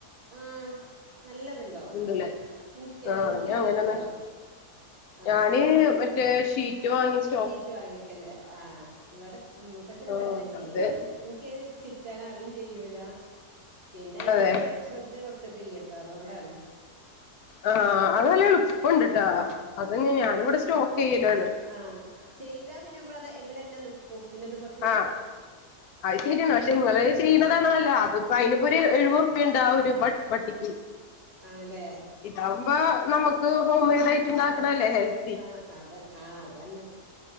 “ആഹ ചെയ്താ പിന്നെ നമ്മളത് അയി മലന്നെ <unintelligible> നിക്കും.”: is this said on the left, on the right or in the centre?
Right